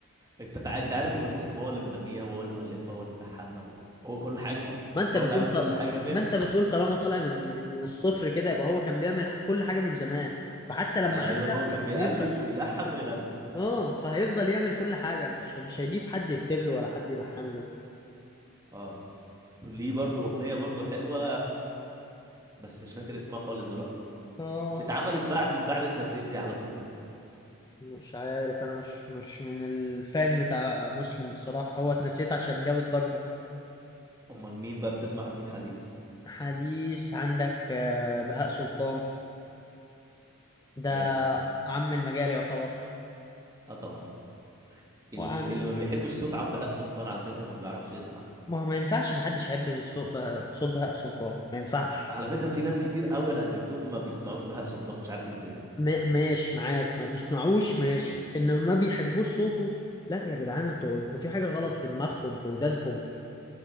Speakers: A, on the right (about 15°); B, on the left (about 15°).
A: انت تع... انت عارف ان مسلم هو اللي مغنيها وهو اللي مؤلفها وهو اللي ملحنها وهو كل حاجه <laughs>
B: ما انت بتقول
A: هو اللي عامل
B: ط...
A: كل حاجه فيها
B: ما انت بتقول طالما طالع من من الصفر كده يبقى هو كان بيعمل ح- كل حاجه من زمان فحتى لما
A: آه،
B: عدى
A: ايوه هو كان بيألف
B: بيفضل
A: ويلحن ويغني
B: اه فهيفضل يعمل كل حاجه مش مش هيجيب حد يكتب له ولا حد يلحن له
A: اه ليه برضو اغنيه برضو حلوه بس مش فاكر اسمها خالص دلوقتي
B: اه
A: اتعملت بعد بعد اتنسيت دي على طول
B: مش عارف انا مش مش من الفان بتاع مسلم بصراحه هو اتنسيت عشان جاب الضجه
A: امال مين بقى بتسمع مين حديث
B: حديث عندك آه، بهاء سلطان ده
A: ماشي
B: عم المجال يعتبر
A: اه طبعا
B: وعن
A: ال- اللي ما بيحبش صوت عم بهاء سلطان على فكره ما بيعرفش يسمع
B: ما ما ينفعش محدش يحب صوت بهاء صوت بهاء سلطان ما ينفعش
A: على فكرة في ناس كتير قوي انا قابلتهم ما بيسمعوش بهاء سلطان مش عارف ازاي
B: ما- ماشي معاك ما بيسمعوش ماشي انما ما بيحبوش صوته لا يا جدعان انتوا انتوا في حاجة غلط في دماغكم في ودانكم